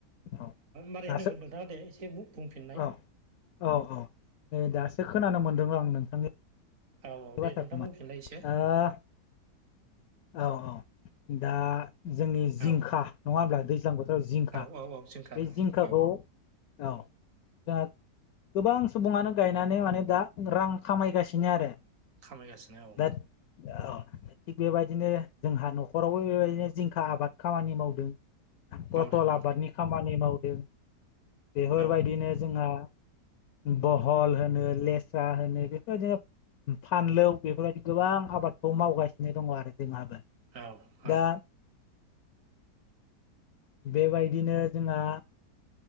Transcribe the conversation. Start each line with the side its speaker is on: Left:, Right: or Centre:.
Left: औ
Right: मारै होनदोंमोन
Left: दासो
Right: नोंथाङा दे एसे बुंफिननाय
Left: औ औ औ नै दासो खोनानो मोनदों र' आं नोंथांनि
Right: औ औ
Left: बाथ्राखौ
Right: दे नोंथां
Left: मा
Right: बुंफिलाय इसे
Left: ओ औ औ दा जोंनि जिंखा
Right: औ
Left: नङा होमब्ला दै गोजां बोथोराव जिंखा
Right: औ औ औ जिंखा
Left: बे जिंखाखौ
Right: औ
Left: औ जोंहा गोबां सुबुङानो गायनानै माने दा रां खामायगासिनो आरो
Right: खामायगासिनो औ
Left: दा औ थिग बेबायदिनो जोंहा न'खरावबो बेबायदिनो जिंखा आबाद खामानि मावदों पथल
Right: मावदों
Left: आबादनि खामानि मावदों बेफोरबायदिनो
Right: औ
Left: जोंहा बहल होनो लेस्रा होनो बेफोरबायदिनो फानलौ बेफोरबायदि गोबां आबादखौ मावगासिनो दङ' आरो जोंहाबो
Right: औ
Left: दा
Right: औ
Left: बेबायदिनो जोंहा